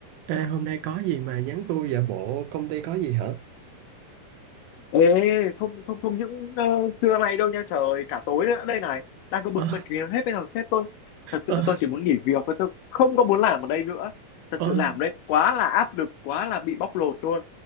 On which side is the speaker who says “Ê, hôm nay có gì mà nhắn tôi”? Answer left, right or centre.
Right